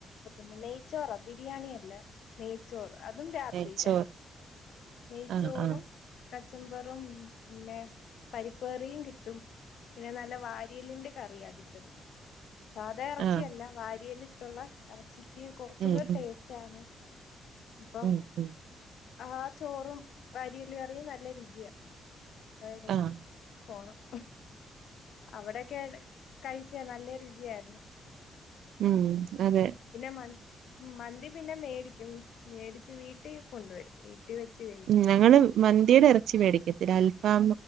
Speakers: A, on the left (about 70°); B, on the right (about 75°).
A: ന്നെ നെയ്ച്ചോറാ ബിരിയാണിയ- അല്ല നെയ്ച്ചോറ് അതും രാത്രിയില.
B: നെയ്ച്ചോറ്
A: നെയ്ച്ചോറും,
B: ആ ആ
A: കച്ചമ്പറും പിന്നെ, പരിപ്പേറിയും കിട്ടും. പിന്നെ നല്ല വാരിയലിന്റെ കറിയ കിട്ടുന്നത്- സാധാ ഇറച്ചിയല്ല
B: ആ
A: വാരിയല ഇട്ടുള്ള- ഇറച്ചിക്ക് കുറച്ച്കൂടി
B: ഉം ഉം
A: ടേസ്റ്റ് ആണ്. ഇപ്പം
B: ഉം ഉം..
A: ആ ചോറും വാരില കറിയും നല്ല രുചിയാ. ആ ഇടക്ക്-
B: ആഹ്
A: പോണം അവിടെക്കെ കഴിച്ച നല്ല- രീതിയായിരുന്നു.
B: ഉം അതെ
A: പിന്നെ മ- ഉ മന്തി പിന്നെ മേടിക്കും മേടിച്ച്- വീട്ടിൽ കൊണ്ടുവരും. വീട്ടിൽ വെച്ച് കഴി-
B: ഉ ഞങ്ങൾ മന്തിയുടെ ഇറച്ചി- മേടിക്കത്തില്ല, അൽഫാം